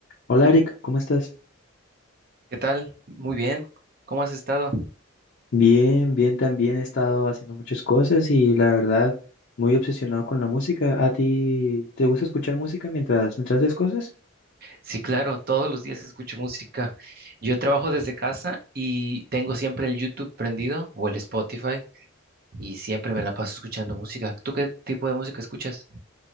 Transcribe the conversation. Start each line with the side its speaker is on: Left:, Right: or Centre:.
Left: Hola Eric, ¿cómo estás?
Right: ¿Qué tal? Muy bien. ¿Cómo has estado?
Left: Bien, bien, también he estado haciendo muchas cosas y la verdad muy obsesionado con la música. ¿A ti te gusta escuchar música mientras, mientras haces cosas?
Right: Sí, claro, todos los días escucho música. Yo trabajo desde casa y tengo siempre el YouTube prendido o el Spotify y siempre me la paso escuchando música. ¿Tú qué tipo de música escuchas?